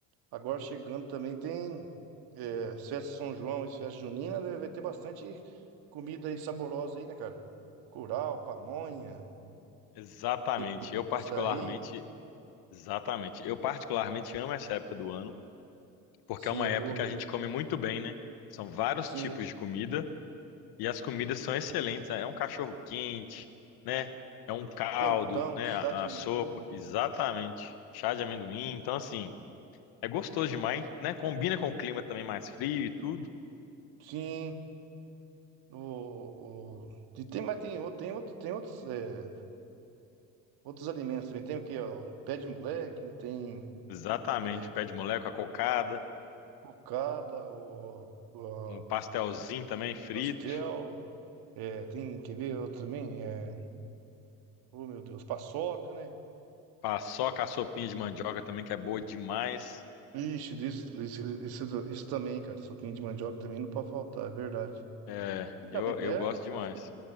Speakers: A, on the right (about 65°); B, on the left (about 65°).
A: Agora chegando também tem é, as festas de São João e as festas juninas, né? Vai ter bastante comida aí saborosa aí, né, cara? Curau, pamonha,
B: Exatamente.
A: bebidas
B: Eu particularmente,
A: aí.
B: exatamente. Eu particularmente amo essa época do ano, porque
A: Sim,
B: é uma
A: é
B: época
A: boa mesmo.
B: que a gente come muito bem, né? São vários
A: Sim,
B: tipos de comida e as comidas são excelentes. É um cachorro quente, né? É um caldo,
A: quentão,
B: né?
A: chá
B: A,
A: de amendoim.
B: a sopa, exatamente. Chá de amendoim. Então, assim, é gostoso demais, né? Combina com o clima também mais frio e tudo.
A: Sim, o, o... E tem, mas tem, outro- tem, outro, tem outros, é, outros alimentos também. Tem o quê? ó? O pé de moleque, né? Tem
B: Exatamente.
A: é,
B: Pé de moleque, a cocada,
A: cocada, o, o
B: um pastelzinho também frito,
A: pastel. É, tem, quer ver outro também? É, Oh, meu Deus, paçoca, né?
B: paçoca, a sopinha de mandioca também, que é boa demais.
A: Ixi, isso, isso, isso, isso também, cara. Sopinha de mandioca também não pode faltar, é verdade.
B: É,
A: Então,
B: eu,
A: mas
B: eu
A: é,
B: gosto
A: eu
B: demais.
A: acho que o